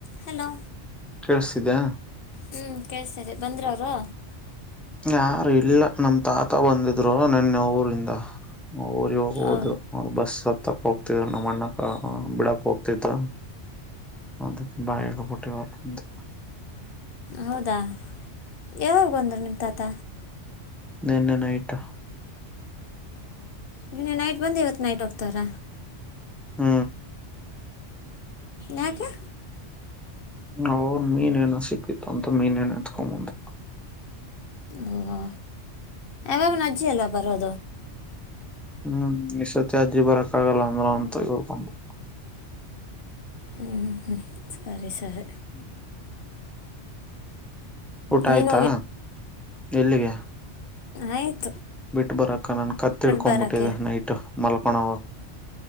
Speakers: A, on the left; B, in the centre.
A: ಹಲೋ
B: ಕೇಳಿಸ್ತಿದ್ಯಾ
A: ಹ್ಮ್ ಕೇಳ್ತತೇರಿ ಬಂದ್ರ ಅವರು
B: ಯಾರ ಇಲ್ಲ ನಮ್ ತಾತ ಬಂದಿದ್ರು ನನ್ನ ನ ಊರಿಂದ ನ ಊರಿಗೆ ಹೋಗ ಹೋದ್ರು
A: ಓ
B: ಬಸ್ ತಕ್ಕ ಹೋಗ್ತಿದ ನಮ್ಮ ಅಣ್ಣಕ್ ಬಿಡಕ್ ಹೋಗ್ತಿದ್ದ ಅದಕ್ಕೆ ಬಾಯ ಆಗಬಿಟ್ಟಿವವಪ್ಪಂತ
A: ಹೌದಾ ಯಾವಾಗ ಬಂದರು ನಿಮ್ ತತ
B: ನೆನ್ನೆ ನೈಟು
A: ನೆನ್ನ ನೈಟ್ ಬಂದು ಇವತ್ತು ನೈಟ್ ಒಂತರ
B: ಹ್ಮ್
A: ಯಾಕೆ
B: ಅವನ್ ಮೀನ್ೇನ ಸಿಕ್ಕಿತ್ತು ಅಂತ ಮೀನೇನ್ ಎತ್ಕೊಂಬಂದ
A: ಗವಾ ಯಾಗ ನಜ್ಜಿ ಅಲ್ಲವಾ ಬರ್ದು
B: ಹ್ಮ್ ಇತ್ತ ಅಜ್ಜಿ ಬರಕ್ ಆಗಲ್ಲ ಅಂದ್ರ ಅಂತ ಇವರ್ಕೊಂಡು
A: ಹ್ಮ್ ಹ್ಮ ಸರಿ ಸರಿ
B: ಹ್ಮ್ ಊಟ
A: ನೀನು
B: ಆಯ್ತಾ
A: ಹೋಗಿ
B: ಎಲ್ಲಿಗೆ
A: ಆಯ್ತು
B: ಬಿಟ್ಟ ಬರಕ್ಕ ನನ್ ಕತ್ತಿಡ್ಕೊ್ಬಿಟ್ಟಿದೆ
A: ಬರೋಕ್ಕೆ
B: ನೈಟ್ ಮಲ್ಕ ಒಣ